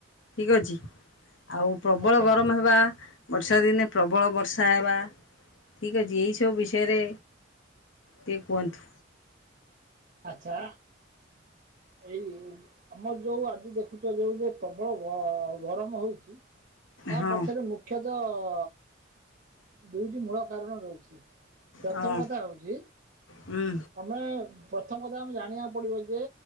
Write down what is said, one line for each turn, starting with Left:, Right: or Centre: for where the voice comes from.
Left: ଠିକ ଅଛି। ଆଉ ପ୍ରବଳ
Right: ଆଚ୍ଛା
Left: ଗରମ ହେବା ବର୍ଷା ଦିନେ ପ୍ରବଳ ବର୍ଷା ହେବା ଠିକ୍ ଅଛି ଏହଇସବୁ ବିଷୟରେ ଟିକଏ କୁହନ୍ତୁ?
Right: ଆଛା ଏଇ ଆମର ଯୋଉ ଆଜି ଦେଖୁଛ ଯୋଉ ଯେ ପ୍ରବଳ ଗ ଗରମ ହଉଛି ତା
Left: ହଁ
Right: ପଛରେ ମୁଖ୍ୟତଃ ହ ଦୁଇଟି ମୂଳ କାରଣ ରହୁଛି। ପ୍ରଥମ
Left: ହଁ
Right: କଥା ହଉଛି
Left: ହୁଁ
Right: ଆମେ ପ୍ରଥମ କଥା ଆମେ ଜାଣିବାକୁ ପଡିବ ଯେ